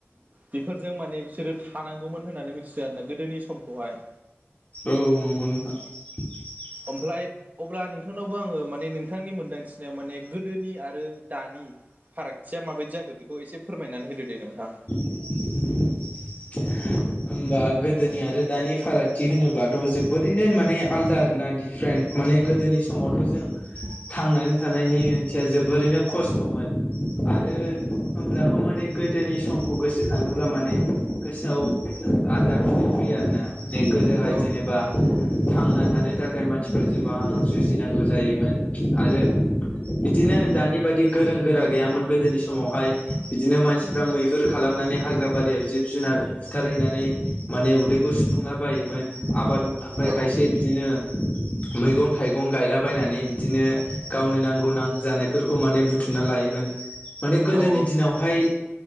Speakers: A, on the right; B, on the left.
A: बेफोरजों माने बिसोरो थानांगौमोन होननानै मिथियो आरो ना गोदोनि समखौहाय
B: औ नंगौ नोंथां <inaudible>
A: ओमफ्राय अब्ला नोंथांनावबो आङो माने नोंथांनि मोनदांथिनायाव माने गोदोनि आरो दानि फारागथिया माबायदि जाखो बेखौ एसे फोरमायनानै होदो दे नोंथां
B: <inaudible> होनबा गोदोनि आरो दानि फारागथि होनोब्लाथ' जोबोरैनो माने आलदा आरोना दिफारेन्ट माने गोदोनि समावथ' जों थांनानै थानायनि ओंथिया जोबोरैनो खस्थमोन आरो <unintelligible> होमब्लाबो माने गोदोनि समखौ गोसोखाङोब्ला माने गोसोआव आलादा बिदिनो फैयो आरोना ने गोदोहाय
A: औ
B: जेनेबा थांना थानो थाखाय मानसिफ्रा जोबां जुजिनांगौ जायोमोन आरो बिदिनो दानि बायदि गोरों गोरा गैयामोन गोदोनि समावहाय बिदिनो मानसिफ्रा मैहुर खालाम नानै हाग्रा बारियाव जिब जुनार सिथारहैना नै माने उदैखौ सुफुंलाबायोमोन आबाद ओमफ्राय
A: औ
B: खायसे बिदिनो मैगं थाइगं गायलाबायनानै बिदिनो गावनो नांगौ नांगौ जानायफोरखौ माने बुथुम थुमना लायोमोन माने गोदोनि
A: औ
B: दिनावहाय